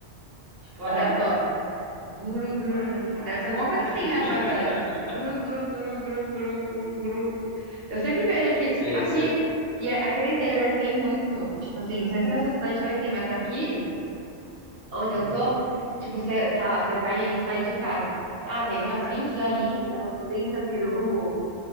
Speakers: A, on the right (about 55°); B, on the left (about 70°).
A: tipo aleatório.
B: É?
A: Guru, guru. Deve ser alguma coisa assim,
B: <laughs>
A: né? Um barulho. Guru, guru, guru, guru, guru, guru, guru. Eu sempre vejo aqui,
B: Cê,
A: aqui,
B: cê...
A: e a- aqui no interior tem muito, tipo assim, não sei se nessa cidade também tem, mas aqui, onde
B: Uhum.
A: eu tô, tipo, você, tá lá, você vai sair de casa. Ah, tem umas 20 galinhas, uns 30 peru,